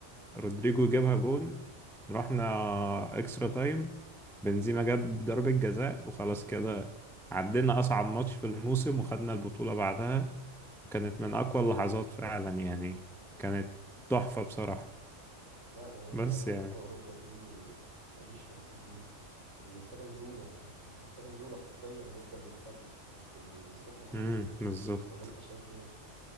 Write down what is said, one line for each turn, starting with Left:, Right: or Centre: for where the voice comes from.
Centre: رودريجو جابها جون رحنا اكسترا تايم بنزيما جاب ضربة جزاء وخلاص كده عدينا أصعب ماتش في الموسم وخدنا البطولة بعدها كانت من أقوى اللحظات فعلا يعني كانت تحفة بصراحة
Right: لا ليالي
Centre: بس
Right: دوري
Centre: يعني
Right: أبطال أوروبا دي ماليش مثيل ليها دي محتاجة نزولة محتاجة نزولة حرفيا نفضل نتكلم من الصبح بالليل
Centre: امم بالظبط
Right: ولا أنت شايف إيه؟